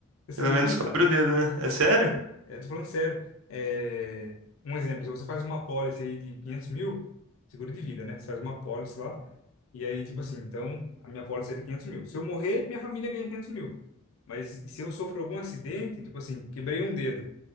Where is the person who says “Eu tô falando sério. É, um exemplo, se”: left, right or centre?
Left